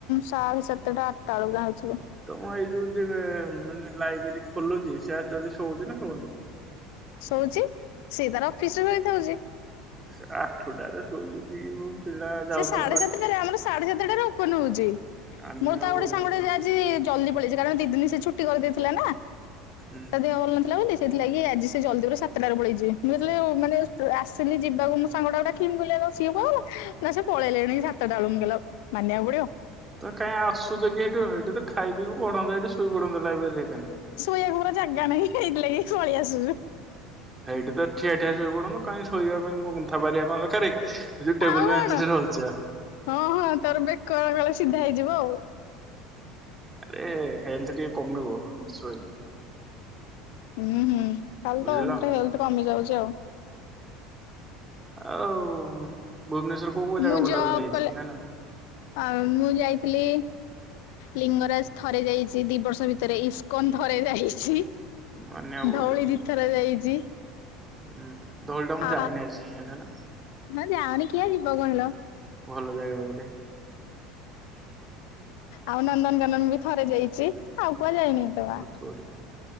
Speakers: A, on the left (about 60°); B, on the right (about 15°).
A: ସାଢେ ସାତଟା ଆଟଟା ବେଳକୁ ଆଇଥିଲି।
B: ତମ ଏଇ ଯୋଉ ଯେ ମାନେ ଲାଇବେରୀ ଖୋଲୁଚି ସେ ଏକ୍ଚ୍ୟଆଲି ଶୋଉଚି ନା ଶୋଉନି?
A: ସୋଉଚି ସିଏ ତାର ଅଫିସରେ ରୋଇ ଥାଉଚି
B: ସେ ଆଠୁଟାରେ ଶୋଇ ଉଠିକି କୋଉ ପିଲା ଯାଉଥିଵେ
A: ସେ ସାଢେ
B: ପାଠ
A: ସାତଟାରେ
B: ପଢି -
A: ଆମର ସାଢେ ସାତଟାରେ ଓପୋନ ହୋଉଚି
B: ଆମେ
A: ମୋର ତ ଆଉ
B: ପଢିବୁ
A: ଗୋଟେ ସାଙ୍ଗଟେ ଆଜି ଜଲଦି ପଳେଇଛି କାରଣ ଦି ଦିନ ସେ ଛୁଟି କରିଦେଇଥିଲା ନା
B: ହୁଁ
A: ତା ଦେହ ଭଲ ନଥିଲା ବୋଲି। ସେଥିଲାଗି ଆଜି ସେ ଜଲଦି ପୁରା ସାତଟାରୁ ପଳେଇଛି ମୁଁ ଯେତେଵେଳେ ମାନେ ଆସିଲି ଯିବାକୁ ମୁଁ ସାଙ୍ଗଟାକୁ ଡାକି ମୁଁ କହିଲି ଆଲୋ ସିଏ କୁଆଡେ ଗଲା ନା ସେ ପଳେଇଲେଣି ସାତଟା ବେଳକୁ ମୁଁ କହିଲି ମାନିବାକୁ ପଡିବ।
B: ତ କାଇଁ ଆସୁଛ କି ଏଠୁ ଏଠୁ ତ ଖାଇ ପି ପଢନ୍ତା ଏଠି ଶୋଇପଢ଼ନ୍ତ ଲାଇବ୍ରେରୀରେ ହେକାନେ।
A: ଶୋଇବାକୁପରା ଜାଗା ନାହିଁ ହେଇଥିଲାଗି ପଳେଇଆସୁଛୁ।
B: ହେଇଠି ତ ଠିଆ ଠିଆ ଶୋଇପଡନ୍ତ। କାଇ ଶୋଇବା ପାଇଁ କଣ କନ୍ଥା ପାରିବା କଣ ଦରକାର ଯୋଉ ଟେବୁଲ
A: ଆଉ
B: ବେଞ୍ଚରେ
A: କଣ
B: ରହୁଛି।
A: ହଁ ହଁ ତୋର ବେକ ଏକାବେଳେ ସିଧା ହେଇଯିବ ଆଉ।
B: ଆରେ ହେଲ୍ଥ ଟିକେ କମିବ ଏମିତି ଶୋଇଲେ।
A: ହୁଁ ହୁଁ ଖାଲି
B: ବୁଝିଲ
A: ତ ଏମତି ହେଲଥେ କମି ଯାଉଚି ଆଉ।
B: ଆଉ ଭୁବନେଶ୍ଵର କୋଉ କୋଉ ଜାଗା
A: ମୁଁ
B: ବୁଲାବୁଲି
A: ଜବ୍
B: ହେଇଛି
A: କଲେ
B: ନା ନାଇଁ?
A: ଆଉ ମୁଁ ଯାଇଥିଲି ଲିଙ୍ଗରାଜ ଥରେ ଯାଇଛି ଦି ବର୍ଷ ଭିତରେ, ଇସ୍କନ ଥରେ ଯାଇଛି।
B: ମାନିବାକୁ ପଡିବ।
A: ଧଉଳି ଦି ଥର ଯାଇଛି।
B: ହୁଁ ଧଉଳି ତ ମୁଁ
A: ଆ
B: ଯାଇନି ଆଜି ଯାଏଁ ଜାଣିଛ ନା?
A: ହଁ ଯାଅନି କିଆଁ ଯିବ କହିଲ।
B: ଭଲ ଜାଗା ଗୋଟେ
A: ଆଉ ନନ୍ଦନକାନନ ବି ଥରେ ଯାଇଛି। ଆଉ କୁଆଡେ ଯାଇନି ଏତେ
B: ବହୁତ୍
A: ବା
B: ବଢିଆ।